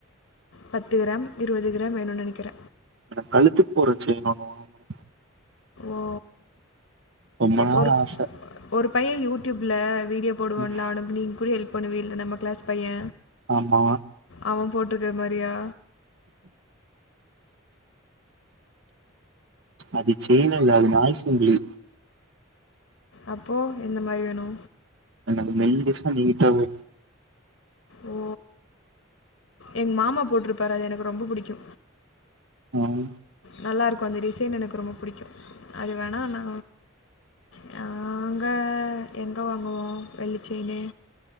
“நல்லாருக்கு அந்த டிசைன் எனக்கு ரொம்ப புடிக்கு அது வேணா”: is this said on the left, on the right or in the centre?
Left